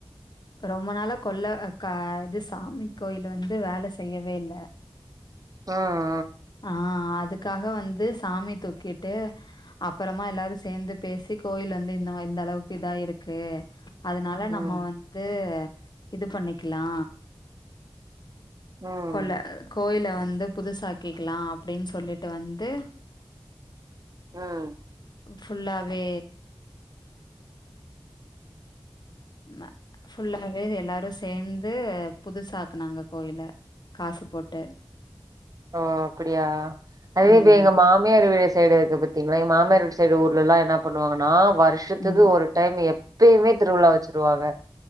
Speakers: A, on the left; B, on the right.
A: ரொம்ப நாள கொல்ல இது சாமி கோயில் வந்து வேல செய்யவே இல்ல
B: ம்
A: ஆ அதுக்காக வந்து சாமி தூக்கிட்டு அப்பறமா எல்லாரு சேந்து பேசி கோயில் வந்து இந்த இந்த அளவுக்கு இதா இருக்கு அதுனால
B: ம்
A: நம்ம வந்து இது பண்ணிக்கலா
B: ம்
A: கொல்ல கோயில வந்து புதுசாக்கிக்கலா அப்டின்னு சொல்லிட்டு வந்து
B: ம்
A: ஃபுல்லாவே ம ஃபுல்லாவே எல்லாரு சேர்ந்து புதுசாக்குனாங்க கோயில காசு போட்டு
B: ஓ அப்புடியா அதே
A: ம்
B: இப்ப எங்க மா மியார் வீடு சைடு இருக்கு பாத்தீங்களா மாமியார் வீட்டு சைடு ஊர்ல எல்லா என்ன பண்ணுவாங்கன்னா வர்ஷத்துக்கு
A: ம்
B: ஒரு டைம் எப்பயுமே திருவிழா வச்சிருவாங்க